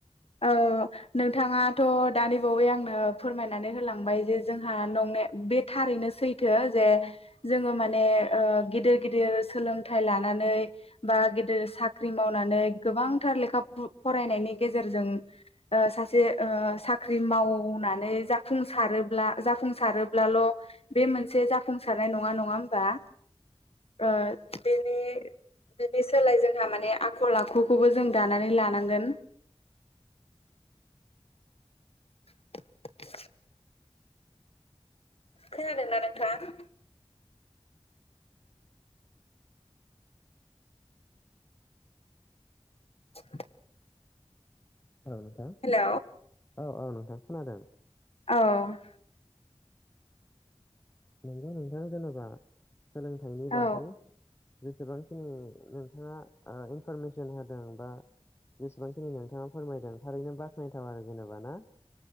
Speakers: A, on the left; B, on the left.
A: औ नोंथाङाथ' दानि बावै आंनो फोरमायनानै होलांबाय जे जोंहा नं बे बे थारैनो सैथो जे जोङो माने ओ गिदिर गिदिर मोलोंथाइ ला लानानै बा गेदेर साख्रि मावनानै गोबांथार लेखा बु फरायनायनि गेजेर जेरजों ओ सासे ओ साख्रि मावनानै जाफुंसारोब्ला जाफुं सारोब्लाल' बे मोनसे जाफुंसारनाय नङा नङा होमबा। ओ बेनि बेनि सोलाय जोंहा माने आखल आखुखौबो जों दानानै लानांगोन। <inaudible> खोनादोंना नोंथां। <inaudible>
B: औ नोंथां
A: हेलौ
B: औ औ नोंथां खोनादों।
A: औ।
B: नंगौ नोंथां जेनेबा सोलोंथाइनि
A: औ
B: बागै जेसेबांखिनि नोंथाङा ओ। पारमिसन होदों बा जेसेबांखिनि नोंथाङा फोरमायदों थारैनो बाख्नायथाव आरो जेन'बा ना